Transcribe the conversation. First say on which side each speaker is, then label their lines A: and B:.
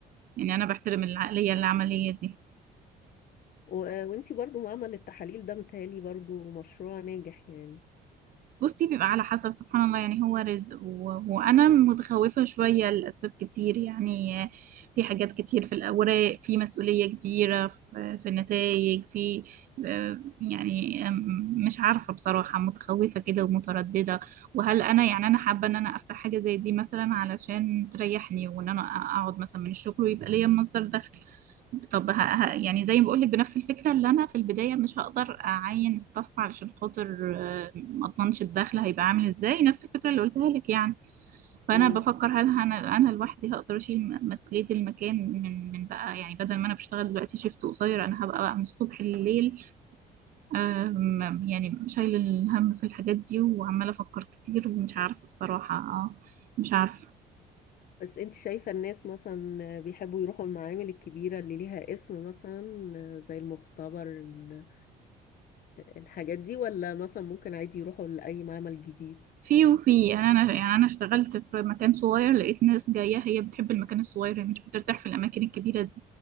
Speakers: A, on the right; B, on the left.
A: يعني انا بحترم العقليه العمليه دي
B: و- وانتي برضه معمل التحاليل ده متهيألي برضه مشروع ناجح يعني
A: بصي بيبقى على حسب سبحان الله يعني هو رزق و... وانا متخوفه شويه لاسباب كتير يعني في حاجات كتير في الاوراق في مسؤوليه كبيره في, في النتائج في آه، يعني آم، مش عارفه بصراحه متخوفه كده ومتردده وهل انا يعني انا حابه ان انا افتح حاجه زي دي مثلا علشان تريحني وان انا اقعد مثلا من الشغل ويبقى ليا المصدر ده طب ه... ه... يعني زي ما بقول لك بنفس الفكره اللي انا في البدايه مش هقدر اعين ستاف علشان خاطر آه، ما اضمنش الدخل هيبقى عامل ازاي نفس الفكره اللي قلتها لك يعني فانا
B: امم
A: بفكر هل انا انا لوحدي هقدر اشيل م- مسؤوليه المكان من من بقى يعني بدل ما انا بشتغل دلوقتي شيفت قصير انا هبقى بقى من الصبح لليل آم، يعني شايل الهم في الحاجات دي وعماله افكر كتير ومش عارفه بصراحه آه، مش عارفه
B: بس انت شايفة الناس مثلا بيحبوا يروحوا المعامل الكبيرة اللي ليها اسم مثلا زي المختبر ال- الحاجات دي ولا مثلا ممكن عادي يروحوا لأي معمل جديد
A: في وفي يعني انا يعني انا اشتغلت في مكان صغير لقيت ناس جايه هي بتحب المكان الصغير هي مش بترتاح في الاماكن الكبيره دي